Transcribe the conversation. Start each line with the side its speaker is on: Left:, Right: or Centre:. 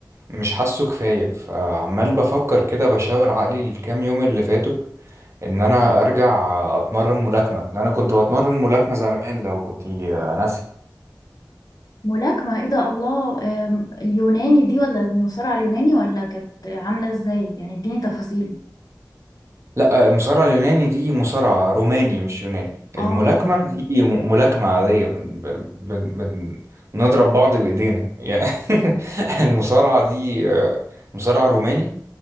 Right: مش حاسه كفاية فعمال بفكر كده بشاور عقلي الكام يوم اللي فاتوا ان انا ارجع اتمرن ملاكمة لأن انا كنت بتمرن ملاكمة زمان لو كنت آه، ناسي
Left: ملاكمة ايه ده الله آم، اليوناني دي ولا المصارعة اليوناني ولا كانت عاملة ازاي يعني اديني تفاصيل
Right: لا المصارعة اليوناني دي مصارعة روماني مش يوناني
Left: اه
Right: الملاكمة دي م- ملاكمة عادية بن بن بن بن بنضرب بعض بإيدينا يعني <laughs> المصارعة دي آه، مصارعة روماني